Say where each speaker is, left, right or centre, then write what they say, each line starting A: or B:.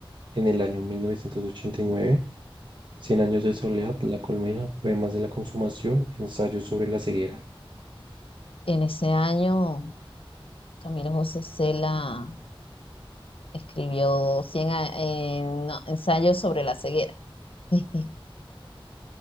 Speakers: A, on the right; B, on the left.
A: en el año 1989? Cien años de soledad, La colmena, poemas de la consumación, ensayo sobre la ceguera.
B: En ese año, Camilo José Cela. Escribió cien a- eh, no, ensayos sobre la ceguera. <laughs>